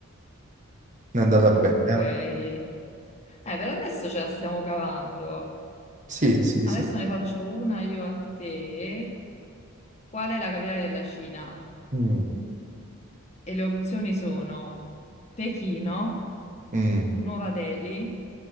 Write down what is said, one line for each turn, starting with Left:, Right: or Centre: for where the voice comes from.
Right: È andata bene.
Left: Ok.
Right: eh?
Left: Eh, per adesso ce la stiamo cavando.
Right: Sì, sì,
Left: Adesso
Right: sì.
Left: ne faccio una io a te. Qual è la capitale della Cina?
Right: Mm,
Left: E le opzioni sono Pechino,
Right: mm,
Left: Nuova Delhi,